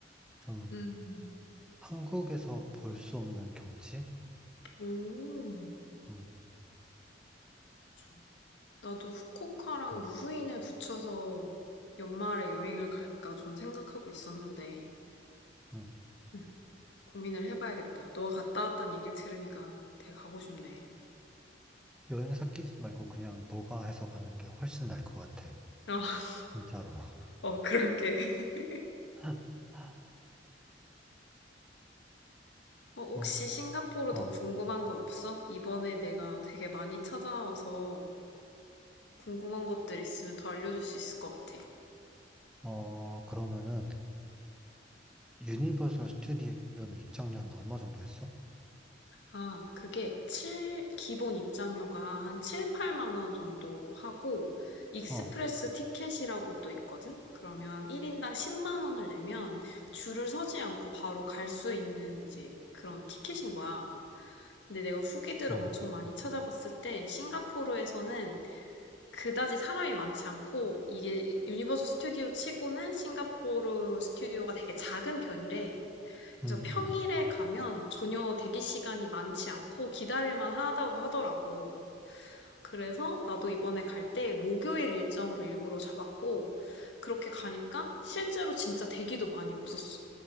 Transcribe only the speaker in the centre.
좀
한국에서 볼 수 없는 경치?
음,
음,
음.
여행사 끼지 말고 그냥 너가 해서 가는 게 훨씬 나을 것 같아.
진짜로.
<laughs>
어,
어,
어, 그러면은 유니버설 스튜디오는 입장료는 얼마 정도 했어?
어,
음,
음,
음,